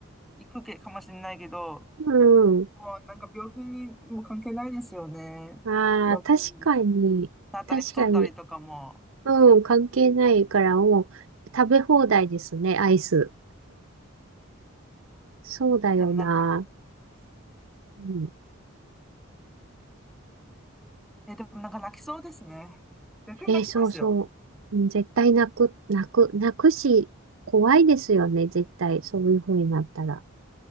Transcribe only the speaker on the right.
うん。
ああ、
確かに、
確かに。
うん、関係ないからもう食べ放題ですね、アイス。そうだよな。
うん。
えーそうそう。うん絶対泣く、泣く、泣くし、怖いですよね、絶対。そういう風になったら。